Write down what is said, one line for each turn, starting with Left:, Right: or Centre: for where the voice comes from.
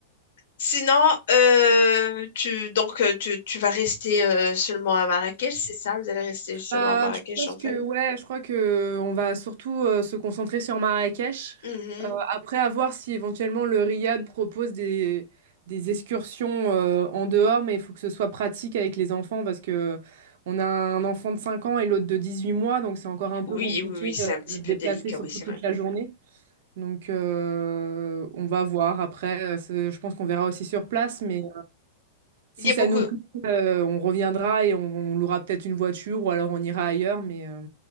Left: Sinon, euh, tu, donc, euh, tu, tu vas rester euh, seulement à Marrakech, c'est ça? Vous allez rester seulement
Right: Bah,
Left: à Marrakech
Right: je pense
Left: en
Right: que
Left: famille?
Right: ouais, je crois que on va surtout euh, se concentrer sur Marrakech.
Left: Mhm.
Right: Euh, après, à voir si éventuellement le Riad propose des, des excursions euh, en dehors, mais il faut que ce soit pratique avec les enfants parce que on a un enfant de 5 ans et l'autre de 18 mois, donc c'est encore un peu
Left: Oui,
Right: compliqué
Left: oui, oui, c'est
Right: euh,
Left: un petit
Right: de
Left: peu
Right: se déplacer
Left: délicat,
Right: surtout
Left: oui, c'est
Right: toute
Left: vrai.
Right: la journée. Donc euh, on va voir. Après, euh, c'est- je pense qu'on verra aussi sur place, mais si
Left: Il y a
Right: ça
Left: beaucoup.
Right: nous plaît, euh, on reviendra et on, on louera peut-être une voiture ou alors on ira ailleurs, mais euh,